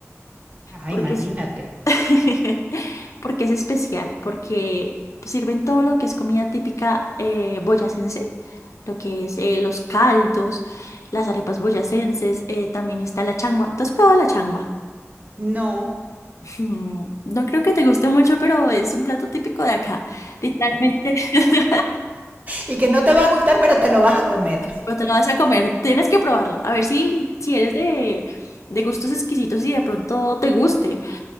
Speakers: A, on the right (about 30°); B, on the left (about 70°).
A: Ah,
B: porque
A: imagínate.
B: es, <laughs> porque es especial, porque sirven todo lo que es comida típica eh, boyacense, lo que es eh, los caldos, las arepas boyacenses, eh, también está la changua. ¿Tú has probado la changua?
A: No.
B: <laughs> No creo que te guste mucho, pero es un plato típico de acá, literalmente. <laughs>
A: Y que no te va a gustar, pero te lo vas a comer.
B: Pero te lo vas a comer, tienes que probarlo. A ver si, si eres de, de gustos exquisitos y de pronto te guste.